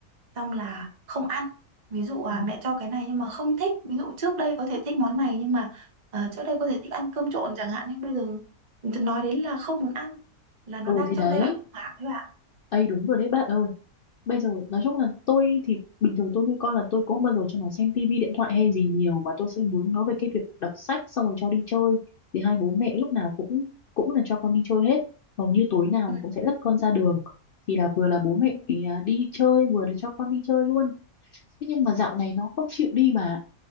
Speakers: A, on the right; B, on the left.
A: xong là không ăn ví dụ à
B: ừ.
A: mẹ cho cái này nhưng mà không thích ví dụ trước đây có thể thích món này nhưng mà ờ, trước đây có thể thích ăn cơm trộn chẳng hạn nhưng bây giờ nói đến là không muốn ăn là nó
B: Ừ
A: đang
B: thì
A: trong
B: đấy,
A: giai đoạn khủng hoảng đấy bạn
B: ấy đúng rồi đấy bạn ơi. Bây giờ nói chung là tôi thì bình thường tôi nuôi con là tôi cũng không bao giờ cho nó xem tivi điện thoại hay gì nhiều mà tôi sẽ hướng nó về cái việc đọc sách xong rồi cho đi chơi. Thì hai bố mẹ lúc nào cũng cũng là cho con đi chơi hết. Hầu như tối nào
A: ừ.
B: cũng sẽ dắt con ra đường. Thì là vừa là bố mẹ
A: Ừ,
B: à, đi chơi vừa là cho con đi chơi luôn. Thế nhưng mà dạo này nó không chịu đi bà.